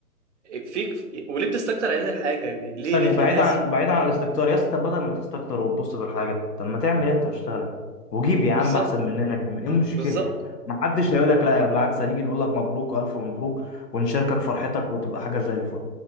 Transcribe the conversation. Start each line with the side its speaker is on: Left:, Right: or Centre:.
Right: فيك في- وليه بتستكتر علينا الحاجة يعني ليه
Left: ثانية
Right: ليه في
Left: بعيد
Right: ناس
Left: عن بعيد عن الاستكتار يا اسطى طب بدل ما تستكتر وتبص في الحاجة طب ما تعمل انت واشتغل انت وجيب يا
Right: بالظبط
Left: عم احسن مننا كمان ايه المشكلة
Right: بالظبط
Left: يعني ما حدش هيقول لك لا يا بالعكس هنيجي نقول لك مبروك والف مبروك ونشاركك فرحتك وتبقى حاجة زي الفل